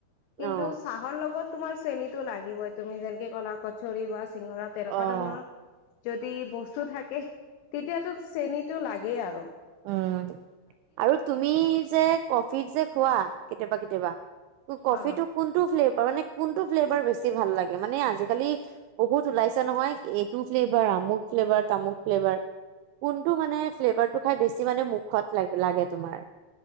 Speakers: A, on the left; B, on the right.
A: কিন্তু
B: অ',
A: চাহৰ লগত তোমাৰ চেনীটো লাগিবই, তুমি যেনেকে ক'লা কচৰি বা চিঙৰা তেনেকুৱা
B: অ',
A: ধৰণৰ যদি বস্তু থাকে, তেতিয়াতো চেনীটো লাগে আৰু।
B: উম আৰু তুমি যে ক ফিট যে খোৱা কেতিয়াবা কেতিয়াবা ক'ফিটো
A: অ
B: কোনটো ফ্লেভ তাৰমানে, কোনতো ফ্লেভাৰ বেছি ভাল লাগে, মানে আজিকালি বহুত উলাইছে নহয়, এইটো ফ্লেভাৰ, আমোক ফ্লেভাৰ, তামোক ফ্লেভাৰ, কোনটো মানে ফ্লেভাৰটো খাই বেছি মানে মুখত লাগ লাগে তোমাৰ